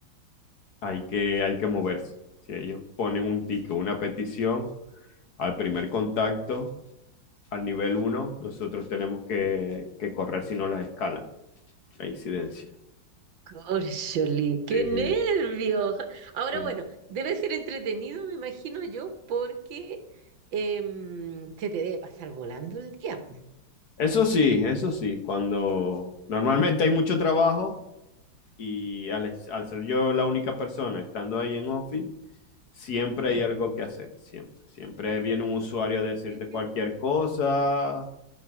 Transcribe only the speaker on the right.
Córcholi, qué
nervios. Ahora
bueno, debe ser entretenido, me imagino yo, porque em, se te debe pasar volando el día.
Uy,
sí, sí.